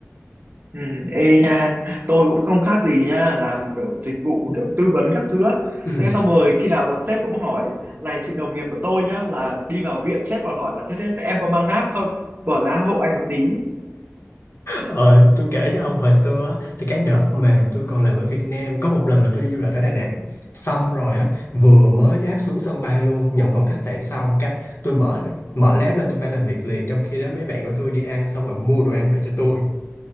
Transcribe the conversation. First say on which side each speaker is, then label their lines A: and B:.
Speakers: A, on the right; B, on the left.
A: Ừ. Ê nha tôi cũng không khác gì nha làm kiểu dịch vụ kiểu tư vấn các thứ á.
B: ừ
A: thế xong rồi khi nào một sếp cũng hỏi này chị đồng nghiệp của tôi nhá là đi vào viện sếp còn hỏi là thế, thế em có mang náp không bỏ ra hộ anh một tí
B: Ờ, tôi kể cho ông hồi xưa á, thì cái đợt mà tôi còn làm ở Việt Nam có một lần là tôi đi du lịch ở Đà Nẵng xong rồi á vừa mới đáp xuống sân bay luôn nhận phòng khách sạn xong cái tôi mở mở laptop lên tôi phải làm việc liền trong khi đó mấy bạn của tôi đi ăn xong rồi mua đồ ăn về cho tôi